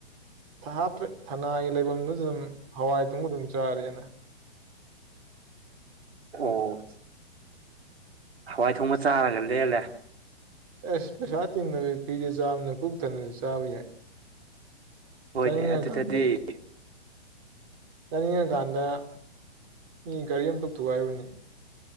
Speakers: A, on the right; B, on the right.
A: ꯍꯥꯞꯇ꯭ꯔꯦ ꯊꯅꯥꯒꯤ ꯂꯩꯐꯝꯗꯨꯁꯨ ꯑꯗꯨꯝ ꯍꯋꯥꯏ ꯊꯨꯡꯕ ꯑꯗꯨꯝ ꯆꯥꯔꯅ
B: ꯑꯣ ꯍꯋꯥꯏ ꯊꯣꯡꯕ ꯆꯥꯔꯒ ꯂꯦꯜꯂꯦ
A: ꯑꯁ ꯄꯩꯁꯥ ꯇꯤꯡꯗꯕꯤꯒꯤ ꯐꯔꯤꯗ ꯆꯥꯝꯅ ꯄꯨꯣꯛꯊꯅꯁꯨ ꯆꯥꯕ ꯌꯥꯏ
B: ꯍꯣꯏꯅꯦ
A: ꯆꯅꯤꯡꯉꯦ
B: ꯑꯗꯨꯗꯗꯤ
A: ꯀꯥꯟꯗ ꯆꯥꯅꯤꯡꯉꯀꯥꯟꯗ ꯃꯤ ꯒꯥꯔꯤ ꯑꯝꯇ ꯊꯨꯒꯥꯏꯔꯤꯕꯅꯤ